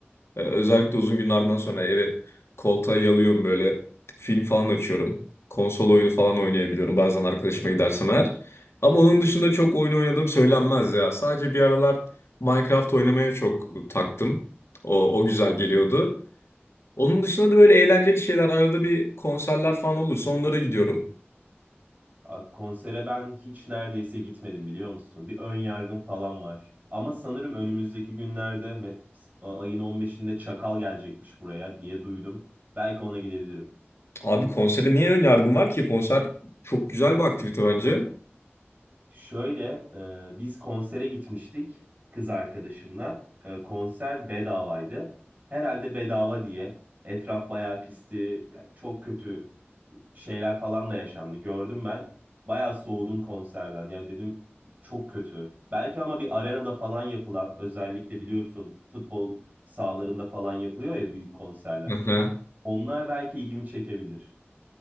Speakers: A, on the left; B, on the right.
A: Ee, özellikle uzun günlerden sonra eve koltuğa yalıyorum böyle film falan açıyorum. Konsol oyunu falan oynayabiliyorum bazen arkadaşıma gidersem eğer. Ama onun dışında çok oyun oynadığım söylenmez ya. Sadece bir aralar Minecraft oynamaya çok taktım. O, o güzel geliyordu. Onun dışında da böyle eğlenceli şeyler arada bir konserler falan olursa onlara gidiyorum.
B: A, Konsere ben hiç neredeyse gitmedim biliyor musun? Bir ön yargım falan var. Ama sanırım önümüzdeki günlerde me- ayın 15'inde Çakal gelecekmiş buraya diye duydum. Belki ona gidebilirim.
A: Abi konsere niye ön yargım var ki? Konser çok güzel bir aktivite bence.
B: Şöyle e, biz konsere gitmiştik kız arkadaşımla. E, konser bedavaydı. Herhalde bedava diye. Etraf bayağı pisti. Yani çok kötü şeyler falan da yaşandı. Gördüm ben. Bayağı soğudum konserden. Ya dedim çok kötü. Belki ama bir arenada falan yapılan özellikle biliyorsun futbol sahalarında falan yapılıyor ya büyük konserler.
A: Hı hı.
B: Onlar belki ilgimi çekebilir.